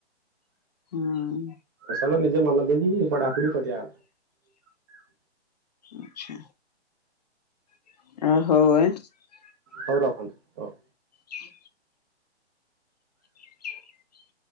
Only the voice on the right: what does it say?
ସଲ ନିଜେ ମନ ଦେଇବି ଏ ପଢାପଢି କରିବା ଆ
ହଉ ରଖନ୍ତୁ ହଉ